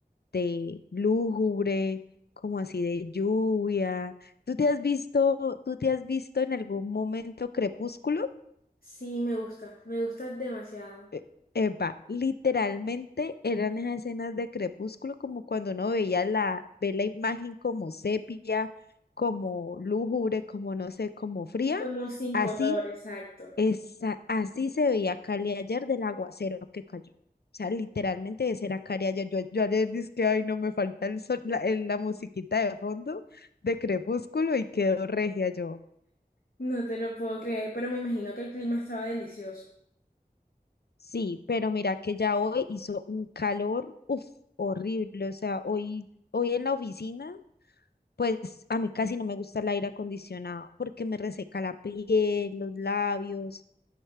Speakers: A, on the left; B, on the left.
A: de lúgubre, como así de lluvia. ¿Tú te has visto, tú te has visto en algún momento Crepúsculo?
B: Sí, me gusta, me gusta demasiado.
A: E- Epa, literalmente eran esas escenas de Crepúsculo, como cuando uno veía la, ve la imagen como sepia, como lúgubre, como no sé, como fría.
B: Sí, como sin
A: Así
B: color, exacto.
A: Esa, así se veía Cali ayer del aguacero que cayó. O sea, literalmente ese era Cali ayer. Yo, yo ayer dije ay, no me falta el sol- la, el- la musiquita de fondo de Crepúsculo y quedó regia yo.
B: No te lo puedo creer, pero me imagino que el clima estaba delicioso.
A: Sí, pero mira que ya hoy hizo un calor, uff, horrible. O sea, hoy, hoy en la oficina, pues a mí casi no me gusta el aire acondicionado porque me reseca la piel, los labios.